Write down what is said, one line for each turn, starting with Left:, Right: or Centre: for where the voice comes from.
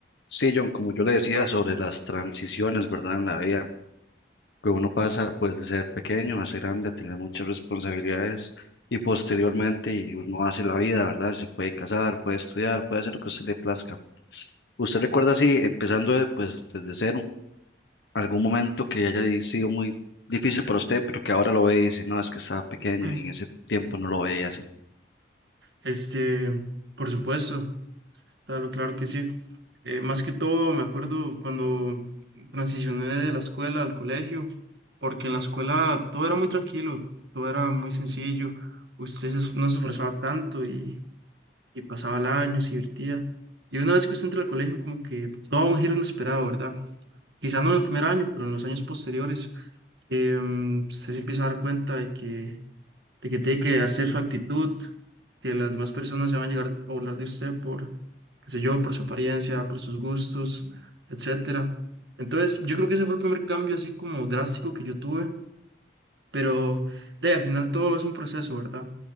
Left: Sí, John, como yo le decía sobre las transiciones, ¿verdad? En la vida, que uno pasa pues de ser pequeño a ser grande, a tener muchas responsabilidades y posteriormente y uno hace la vida, ¿verdad? Se puede casar, puede estudiar, puede hacer lo que a usted le plazca. ¿Usted recuerda así, empezando de, pues desde cero, algún momento que haya sido muy difícil para usted, pero que ahora lo ve y dice, no, es que estaba pequeño
Right: Mm.
Left: y en ese tiempo no lo veía así?
Right: Este, por supuesto, claro, claro que sí. Eh, más que todo, me acuerdo cuando transicioné de la escuela al colegio, porque en la escuela todo era muy tranquilo, todo era muy sencillo, usted se no se esforzaba tanto y, y pasaba el año, se divertía. Y una vez que usted entra al colegio, como que todo da un giro inesperado, ¿verdad? Quizá no en el primer año, pero en los años posteriores, em, usted se empieza a dar cuenta de que de que tiene que darse su actitud, que las demás personas se van a llegar a hablar de usted por, qué sé yo, por su apariencia, por sus gustos, etcétera. Entonces, yo creo que ese fue el primer cambio así como drástico que yo tuve, pero de ahí, al final todo es un proceso, ¿verdad?